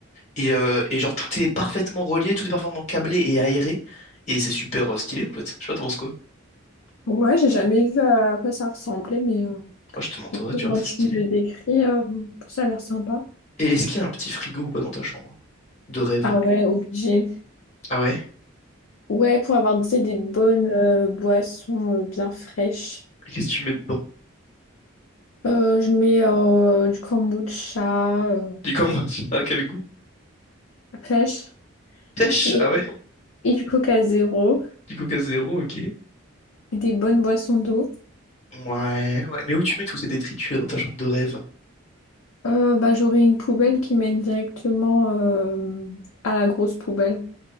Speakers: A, on the left; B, on the left.
A: Et, euh, et genre, tout est parfaitement relié, tout est parfaitement câblé et aéré. Et c'est super euh, stylé, en fait. Je sais pas, t'en penses quoi?
B: Ouais, j'ai jamais vu à quoi ça ressemblait, mais. euh,
A: Moi, je te montrerai,
B: Mais Comment
A: tu verras, c'est
B: tu
A: stylé.
B: me le décris, euh, ça a l'air sympa.
A: Et est-ce qu'il y a un petit frigo ou pas dans ta chambre? hein, De rêve.
B: Ah ouais, obligé.
A: Ah ouais?
B: Ouais, pour avoir, tu sais, des bonnes euh, boissons euh, bien fraîches.
A: Et qu'est-ce que tu mets dedans?
B: Euh, je mets euh, du kombucha euh,
A: Du camembert, <laughs> à quel goût?
B: fraîche
A: Pêche?
B: et,
A: Ah ouais?
B: et du coca zéro
A: Du coca zéro, ok.
B: et des bonnes boissons d'eau.
A: Ouais, ouais. Mais où tu mets tous ces détritus là dans ta chambre de rêve?
B: Euh, bah, j'aurai une poubelle qui mène directement euh, à la grosse poubelle.